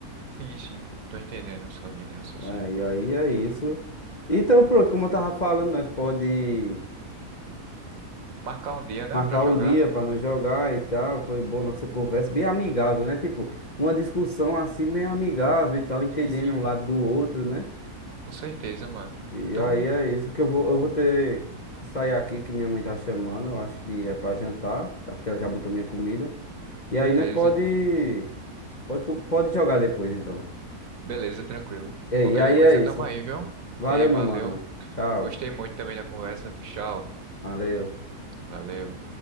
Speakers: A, on the right (about 65°); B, on the left (about 40°).
A: Sim, sim, tô entendendo a sua linha de raciocínio.
B: É, e aí é isso. Então pronto, como eu tava falando, nós pode
A: Marcar um dia, né,
B: marcar
A: pra jogar.
B: um dia pra nós jogar e tal, foi boa nossa conversa, bem amigável, né? Tipo, uma discussão assim bem amigável e tal, entendendo
A: Sim, sim,
B: um lado do outro, né?
A: com certeza, mano.
B: E
A: Então,
B: aí é isso que eu vou, eu vou ter que sair aqui, que minha mãe tá chamando, eu acho que é pra jantar, acho que ela já botou minha comida. E aí,
A: beleza.
B: né, pode, pode, co- pode jogar depois, então.
A: Beleza, tranquilo.
B: E
A: Qualquer
B: aí
A: coisa,
B: é
A: tamo
B: isso.
A: aí, viu?
B: Valeu,
A: Ei, valeu.
B: meu mano. Tchau.
A: Gostei muito também da conversa. Tchau.
B: Valeu.
A: Valeu.